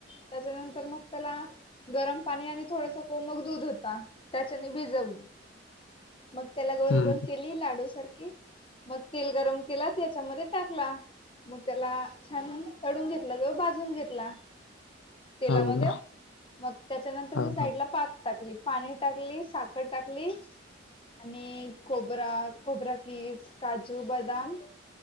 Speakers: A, on the left (about 30°); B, on the left (about 85°).
A: त्याच्यानंतर मग त्याला. गरम पाणी आणि थोडस कोमक दूध होता त्याच्याने भिजवली. मग त्याला गोल
B: हम्म,
A: गोल केली लाडू सारखी. मग तेल गरम केला त्याच्यामध्ये टाकला. मग त्याला छान तडून घेतलं ग बाजून घेतला. तेलामध्ये
B: हो का?
A: मग त्याच्यानंतर
B: हा
A: मी
B: हा
A: साईडला पाक. टाकली पाणी टाकली साखर टाकली. आणि खोबरा खोबरा किस काजू बदाम.